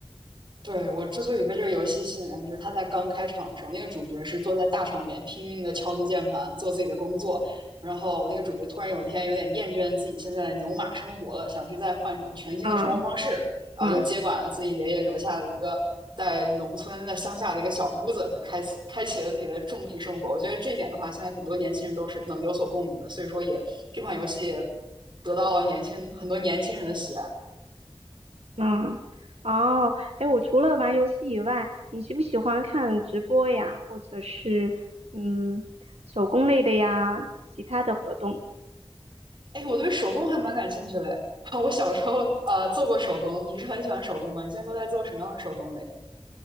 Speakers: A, on the right (about 50°); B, on the right (about 80°).
A: 对，我之所以被这个游戏吸引，就是它在刚开场的时候，那个主角是坐在大场面拼命的敲击键盘，做自己的工作。然后那个主角突然有一天有点厌倦自己现在的牛马生活了，想去再换一种全新的生活方式，
B: 嗯
A: 然后就接管了自己爷爷留下的一个在农村在乡下的一个小屋子，
B: 嗯。
A: 就开始开启了自己的种地生活。我觉得这一点的话，现在很多年轻人都是能有所共鸣的，所以说也这款游戏也得到了年轻很多年轻人的喜爱。
B: 嗯，哦，哎，我除了玩游戏以外，你喜不喜欢看直播呀，或者是嗯手工类的呀，其他的活动？
A: 哎，我对手工还蛮感兴趣的。<laughs> 我小时候呃做过手工，你是很喜欢手工吗？你现在都在做什么样的手工嘞？